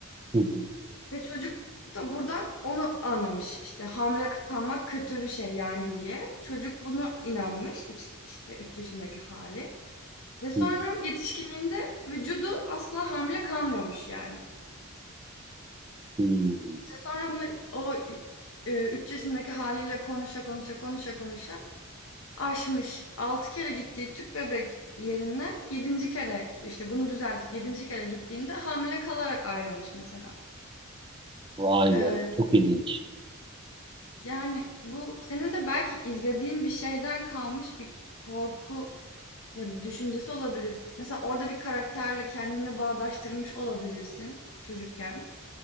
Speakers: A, on the right; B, on the left.
A: hı hı,
B: ve çocuk da burada onu anlamış. İşte hamile kalmak kötü bir şey yani diye. Çocuk bunu inanmış, iç işte 3 yaşındaki hali ve sonra
A: hı hı,
B: yetişkinliğinde vücudu asla hamile kalmıyormuş yani.
A: hı. hı.
B: İşte sonra bunu o, 3 yaşındaki haliyle konuşa, konuşa, konuşa, konuşa Aşmış. altı kere gittiği tüp bebek yerinden yedinci kere, işte, bunu düzeltip yedinci kere gittiğinde hamile kalarak ayrılmış mesela.
A: Vay
B: Eee,
A: be, çok ilginç.
B: yani, bu senin de belki izlediğin bir şeyden kalmış bir korku ya da düşüncesi olabilir. Mesela orada bir karakterle kendini bağdaştırmış olabilirsin çocukken.